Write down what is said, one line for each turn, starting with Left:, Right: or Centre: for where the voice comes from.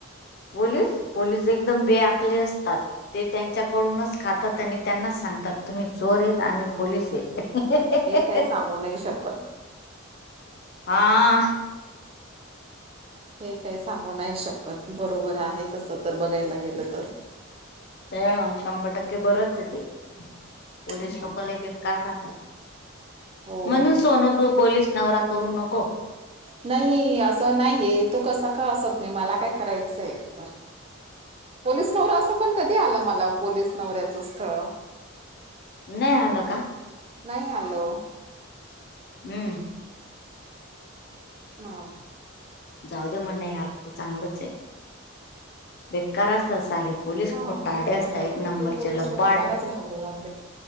Left: पोलीस पोलीस एकदम बेअक्कली असतात. ते त्यांच्याकडूनच खातात आणि त्यांनाच सांगतात तुम्ही चोर आहेत आम्ही पोलीस आहे. हे हे हे
Right: काय
Left: हे,
Right: सांगू नाही शकत.
Left: हा.
Right: हे काय सांगू नाही शकत बरोबर आहे तसं तर बघायला गेलं तर.
Left: <unintelligible> शंभर टक्के बरच आहे ते पोलीस
Right: मग.
Left: लोक लई बेकार राहतात.
Right: हो.
Left: म्हणून सोनू तू पोलीस नवरा करू नको.
Right: नाही असं नाहीये तू कसं का असत नाही मला काय करायचंय तर. पोलीस नवरा असं पण कधी आलं मला पोलीस नवऱ्याचं स्थळ?
Left: नाही आल का?
Right: नाही आलो.
Left: हम्म.
Right: मग
Left: जाऊ दे म्हण नाही आल तर चांगलंच आहे. बेकार अस साले पोलीस
Right: हा
Left: खोटारडे
Right: नाही
Left: असतात
Right: आलं.
Left: एक नंबरचे
Right: ते पोलीस
Left: लबाड
Right: लोक मलाच घाबरवतात